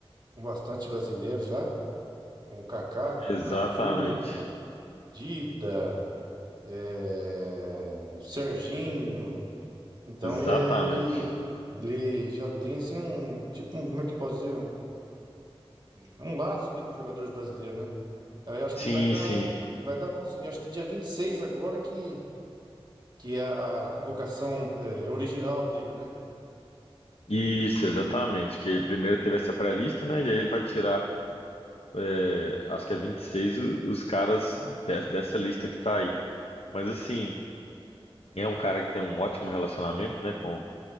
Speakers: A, on the right (about 45°); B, on the left (about 80°).
A: com bastante brasileiro já, com o Kaká, com
B: Exatamente,
A: o Cafu, Dida, eh, Serginho. Então
B: exatamente.
A: é, ele, ele já tem assim um, tipo, um, como é que eu posso dizer? Um É um laço ali com os jogadores brasileiros, né? Então eu acho
B: Sim,
A: que ele vai dar,
B: sim.
A: que vai dar bom sim. Eu acho que dia 26 agora que, que é a a convocação é, original dele, né?
B: Isso, exatamente. Que primeiro teve essa pré-lista, né? E aí ele vai tirar é, acho que é 26 o- os caras de- dessa lista que tá aí. Mas assim, é um cara que tem um ótimo relacionamento, né, com,